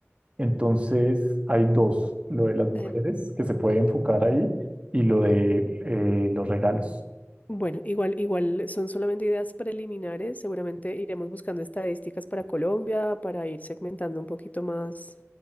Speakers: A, on the right; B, on the left.
A: Entonces hay dos, lo de las mujeres
B: eh,
A: que se puede enfocar ahí y lo de eh, los regalos.
B: Bueno, igual, igual son solamente ideas preliminares. Seguramente iremos buscando estadísticas para Colombia, para ir segmentando un poquito más,